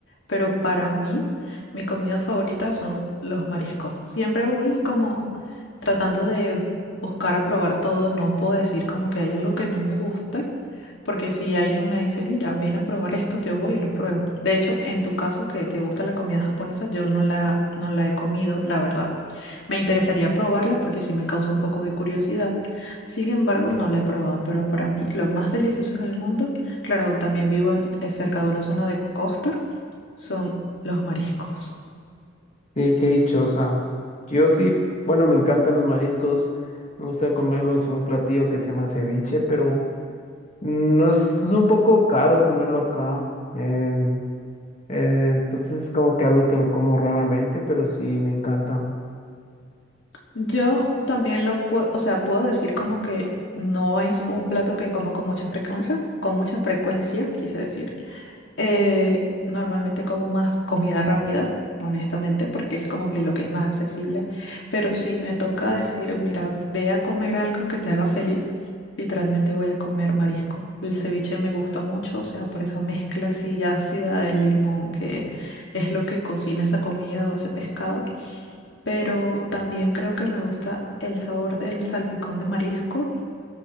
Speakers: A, on the left (about 70°); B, on the left (about 40°).
A: pero para mí, mi comida favorita son los mariscos. Siempre voy como tratando de buscar a probar todo. No puedo decir como que hay algo que no me guste, porque si alguien me dice, mira, ven a probar esto, yo voy y lo pruebo. De hecho, en tu caso, que te gusta la comida japonesa, yo no la, no la he comido, la verdad. Me interesaría probarla porque sí me causa un poco de curiosidad. Sin embargo, no la he probado, pero para mí lo más delicioso en el mundo, claro, también vivo en- eh, cerca de una zona de costa, son los mariscos.
B: Sí, qué dichosa. Yo sí, bueno, me encantan los mariscos, me gusta comerlos en un platillo que se llama ceviche, pero no es, es un poco caro comerlo acá. eh, eh, entonces es como que algo que lo como raramente, pero sí me encanta.
A: Yo también lo puedo, o sea, puedo decir como que no es un plato que como con mucha frecuencia, con mucha frecuencia, quise decir. Eh, normalmente como más comida rápida, honestamente, porque es como que lo que es más accesible. Pero si me toca decir, mira, ve a comer algo que te haga feliz, literalmente voy a comer marisco. El ceviche me gusta mucho, o sea, por esa mezcla así ácida del limón, que es lo que cocina esa comida o ese pescado. Pero también creo que me gusta el sabor del salpicón de marisco